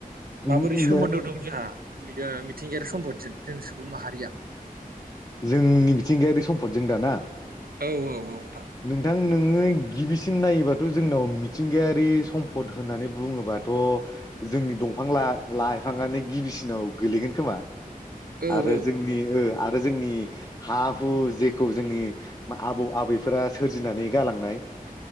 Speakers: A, on the left (about 25°); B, on the right (about 75°).
A: उम
B: माबोरै सोमोन्दो दं जोंहा मि ओ- मिथिंगायारि सम्पदजों जोंनि सुबुं माहारिया
A: जोंनि मिथिंगायारि सम्फदजों दा ना?
B: औ औ औ
A: नोंथां नोङो गिबिसिन नायोबाथ' जोंनाव मिथिंगायारि सम्पद होननानै बुङोबाथ' जोंनि दंफां ला- लाइफाङानो गिबिसिनाव गोलैगोन खोमा।
B: औ
A: आरो
B: औ
A: जोंनि ओ-आरो जोंनि हा हु जेखौ जोंनि मा आबौ आबै फोरा सोरजिनानै गालांनाय